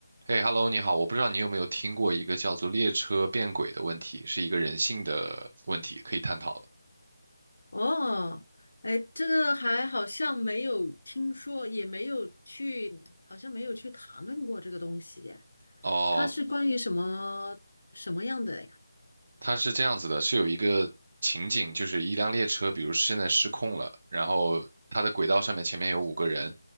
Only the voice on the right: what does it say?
嘿，Hello，你好，我不知道你有没有听过一个叫做“列车变轨”的问题，是一个人性的问题，可以探讨的。
哦，
它是这样子的，是有一个情景，就是一辆列车，比如现在失控了，然后它的轨道上面前面有五个人，